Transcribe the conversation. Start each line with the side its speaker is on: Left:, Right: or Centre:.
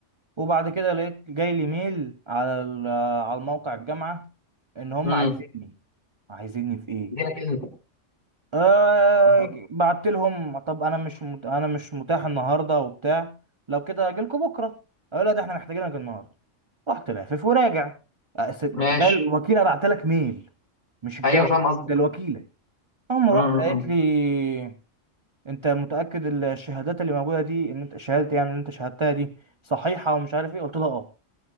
Right: وبعد كده لقيت جاي لي ميل على ال- على الموقع الجامعه ان هم
Left: امم
Right: عايزيني عايزيني في ايه
Left: جينا كده انت
Right: أه
Left: آه.
Right: بعت لهم طب انا مش مت... انا مش متاح النهارده وبتاع لو كده اجيلكوا بكره أه لا ده احنا محتاجينك النهارده رحت لافف وراجع أه س- تخيل
Left: ماشي
Right: الوكيله بعت لك ميل مش الجامعه
Left: ايوه فاهم قصدك
Right: ده الوكيله هم
Left: امم
Right: رحت قالت
Left: أمم.
Right: لي انت متاكد الشهادات اللي موجوده دي ان انت شهاده يعني اللي انت شهادتها دي صحيحه ومش عارف ايه قلت لها اه